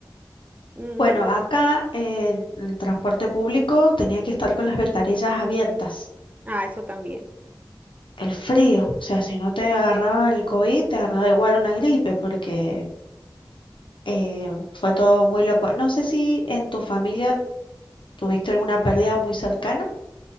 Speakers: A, on the right; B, on the left.
A: <laughs> Ujú.
B: Bueno, acá el, el transporte público tenía que estar con las ventanillas abiertas.
A: Ah, eso también.
B: El frío, o sea, si no te agarraba el COVID, te agarraba igual una gripe, porque eh, fue todo muy loco. No sé si en tu familia tuviste alguna pérdida muy cercana.